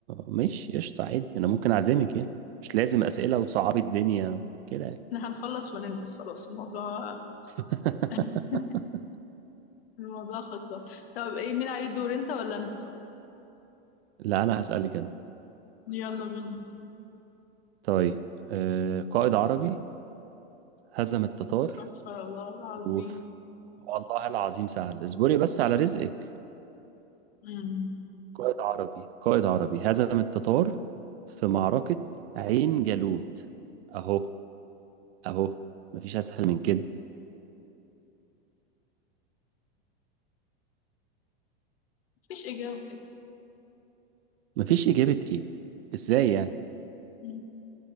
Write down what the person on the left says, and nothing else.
احنا هنخلص وننزل خلاص الموضوع
<laughs> الموضوع خلصان طب ايه مين عليه الدور انت ولا انا
يلا بينا
استغفر الله العظيم
مم.
مفيش إجابة
مم.